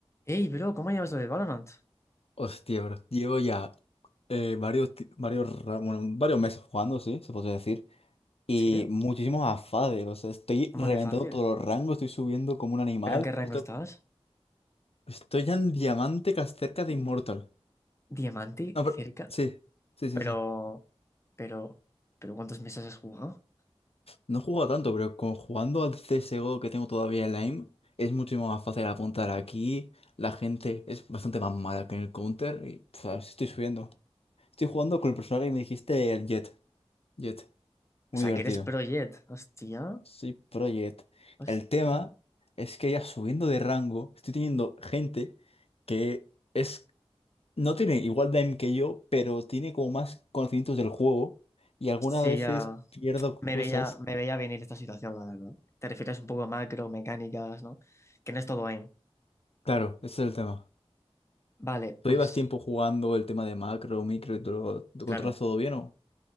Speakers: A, on the left; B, on the left.
A: Ey, bro, ¿cómo llevas lo de Valorant?
B: Hostia, bro. Llevo ya eh, varios, ti- varios, ra- bueno, varios meses jugando, sí, se puede decir. Y
A: Sí,
B: muchísimos afades. O sea, estoy
A: ¿cómo
B: reventando
A: que fácil?
B: todos los rangos, estoy subiendo como un animal.
A: ¿Pero en qué rango
B: Esto-
A: estabas?
B: estoy ya en diamante cas- cerca de Immortal.
A: Diamante,
B: No,
A: cerca.
B: pero, sí, sí, sí,
A: Pero,
B: sí.
A: pero, pero ¿cuántos meses has jugado?
B: No he jugado tanto, pero con, jugando al CSGO que tengo todavía en la aim, es muchísimo más fácil apuntar aquí. La gente es bastante más mala que en el counter. Y, pf, estoy subiendo. Estoy jugando con el personaje que me dijiste, el Jet. Jet. Muy
A: O sea,
B: divertido.
A: que eres pro Jet. Hostia,
B: Sí, Project.
A: hostia.
B: El tema es que ya subiendo de rango, estoy teniendo gente que es, no tiene igual de aim que yo, pero tiene como más conocimientos del juego y algunas
A: Sí,
B: veces
A: ya
B: pierdo
A: me
B: cosas.
A: veía, me veía venir esta situación, la verdad. Te refieres un poco a macro, mecánicas, ¿no? Que no es todo aim.
B: Claro, ese es el tema.
A: Vale,
B: ¿Tú
A: pues,
B: llevas tiempo jugando el tema de macro, micro y todo? ¿Lo
A: claro.
B: controlas todo bien o?